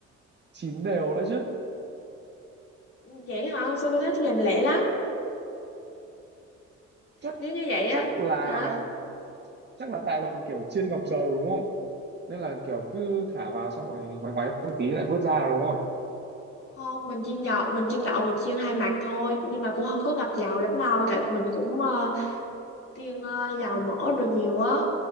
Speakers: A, on the right; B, on the left.
A: chín đều đã chứ
B: Ừ, Vậy hả? Sao tôi thấy tôi làm lẹ lắm.
A: chắc
B: Nếu như vậy
A: chắc
B: á
A: là
B: hả?
A: chắc là tại bạn kiểu chiên ngập dầu đúng không nên là kiểu cứ thả vào xong rồi ngoáy ngoáy một tí lại vớt ra đúng không
B: Không, mình chiên dầu mình chiên đậu, mình chiên hai mặt thôi, nhưng mà cũng không có ngập dầu lắm đâu tại mình cũng ờ, kiêng ờ, dầu mỡ đồ nhiều á.